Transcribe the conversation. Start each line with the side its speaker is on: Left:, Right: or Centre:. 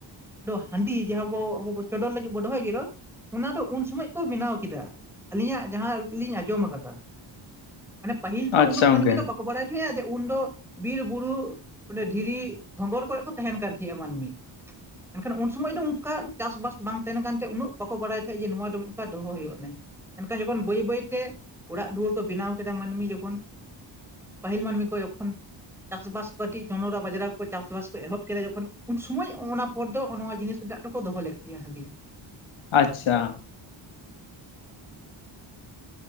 Centre: ᱫᱚ ᱦᱟᱺᱰᱤ ᱡᱟᱦᱟᱸ ᱵᱚ ᱟᱵᱚᱵᱚ ᱪᱚᱰᱚᱨ ᱞᱟᱹᱜᱤᱫ ᱵᱚ ᱫᱚᱦᱚᱭ ᱜᱮᱨᱚ ᱚᱱᱟ ᱫᱚ ᱩᱱ ᱥᱚᱢᱚᱭ ᱠᱚ ᱵᱮᱱᱟᱣ ᱠᱮᱫᱟ ᱟᱹᱞᱤᱧᱟᱜ ᱡᱟᱦᱟᱸ ᱞᱤᱧ ᱟᱸᱡᱚᱢ ᱟᱠᱟᱫᱟ ᱢᱟᱱᱮ ᱯᱟᱹᱦᱤᱞ ᱛᱚ
Left: ᱟᱪᱪᱷᱟ
Centre: ᱩᱱᱟᱹᱜ ᱢᱟᱹᱱᱢᱤ
Left: ᱜᱚᱝᱠᱮ
Centre: ᱫᱚ ᱵᱟᱠᱚ ᱵᱟᱲᱟᱭ ᱦᱮᱸᱜ-ᱟ ᱡᱮ ᱩᱱᱫᱚ ᱵᱤᱨ ᱵᱩᱨᱩ ᱚᱸᱰᱮ ᱫᱷᱤᱨᱤ ᱜᱷᱚᱝᱜᱚᱨ ᱠᱷᱚᱡ ᱠᱚ ᱛᱟᱦᱮᱱ ᱠᱟᱱ ᱛᱟᱦᱮᱸ ᱢᱟᱹᱱᱢᱤ᱾ ᱢᱮᱱᱠᱷᱟᱱ ᱩᱱ ᱥᱚᱢᱚᱭ ᱫᱚ ᱚᱱᱠᱟ ᱪᱟᱥᱼᱵᱟᱥ ᱵᱟᱝ ᱛᱟᱦᱮᱱ ᱠᱟᱱᱛᱮ ᱩᱱᱟᱹᱜ ᱵᱟᱠᱚ ᱵᱟᱲᱟᱭ ᱛᱟᱦᱮᱸᱜ ᱡᱮ ᱱᱚᱣᱟ ᱫᱚ ᱚᱱᱠᱟ ᱫᱚᱦᱚ ᱦᱩᱭᱩᱜᱼᱟ ᱢᱮᱱᱛᱮ᱾ ᱢᱮᱱᱠᱷᱟᱱ ᱡᱚᱠᱷᱚᱱ ᱵᱟᱹᱭ ᱵᱟᱹᱭ ᱛᱮ ᱚᱲᱟᱜ ᱫᱩᱣᱟᱹᱨ ᱠᱚ ᱵᱮᱱᱟᱣ ᱠᱮᱫᱟ ᱢᱟᱹᱱᱢᱤ ᱡᱚᱠᱷᱚᱱ ᱯᱟᱹᱦᱤᱞ ᱢᱟᱹᱱᱢᱤ ᱠᱚ ᱡᱚᱠᱷᱚᱱ ᱪᱟᱥ ᱵᱟᱥ ᱠᱟᱹᱴᱤᱡ ᱡᱚᱱᱚᱲᱟ ᱵᱟᱡᱟᱨᱟ ᱠᱚ ᱠᱚ ᱪᱟᱥ ᱵᱟᱥ ᱮᱦᱚᱵ ᱠᱮᱫᱟ ᱡᱚᱠᱷᱚᱱ ᱩᱱ ᱥᱚᱢᱚᱭ ᱚᱱᱟ ᱯᱚᱨ ᱫᱚ ᱱᱚᱜ ᱱᱚᱣᱟ ᱡᱤᱱᱤᱥ ᱨᱮᱱᱟᱜ ᱫᱚ ᱠᱚ ᱫᱚᱦᱚ ᱞᱮᱫ ᱜᱮᱭᱟ ᱦᱟᱺᱰᱤ᱾
Left: ᱟᱪᱪᱷᱟ᱾